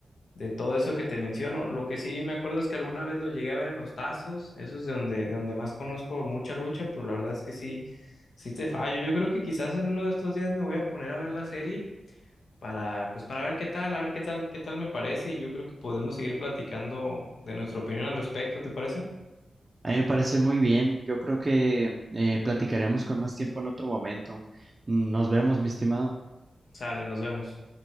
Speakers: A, on the left; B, on the right.
A: de todo eso que te menciono. Lo que sí me acuerdo es que alguna vez lo llegué a ver en los tazos, eso es de donde, de donde más conozco mucha lucha, pero la verdad es que sí, sí te fallo. Yo creo que quizás en uno de estos días me voy a poner a ver la serie para, pues para ver qué tal, a ver qué tal, qué tal me parece y yo creo que podemos seguir platicando de nuestra opinión al respecto, ¿te parece?
B: A mí me parece muy bien. Yo creo que eh, platicaremos con más tiempo en otro momento. Nos vemos, mi estimado.
A: Sale, nos vemos.